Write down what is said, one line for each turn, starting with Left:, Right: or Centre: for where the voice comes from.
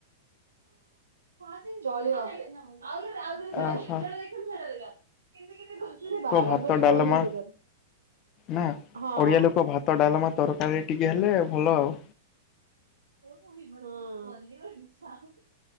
Right: ହଁ ଚଳିବ
Left: ଅ ହୋ।
Right: <inaudible> !
Left: ଭାତ ଡାଲମା ନା ଓଡିଆ ଲୋକ
Right: !!!!!!!!!
Left: ଭାତ ଡାଲାମା ତରକାରୀ ଟିକେ ହେଲେ ଭଲ ଆଉ
Right: ହଁ।